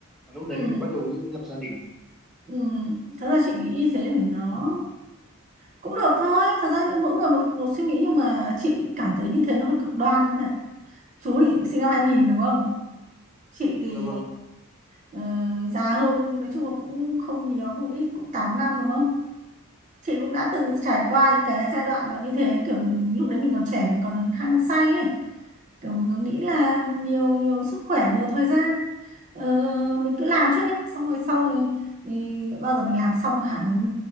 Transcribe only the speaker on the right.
ừ,
ừ. thật ra chị nghĩ như thế thì nó cũng được thôi thật ra thì mỗi người một một suy nghĩ nhưng mà chị cảm thấy như thế nó hơi cực đoan chú thì sinh năm 2000 đúng không chị thì
ờ, già hơn nói chung là cũng không nhiều không ít cũng 8 năm đúng không chị cũng đã từng
trải qua những cái giai đoạn đó như thế kiểu mình lúc đấy mình còn trẻ mình còn hăng say ấy kiểu mình cứ nghĩ là mình nhiều nhiều sức khỏe nhiều thời gian ờ, mình cứ làm trước đấy xong rồi sau thì, thì bao giờ mình làm xong hẳn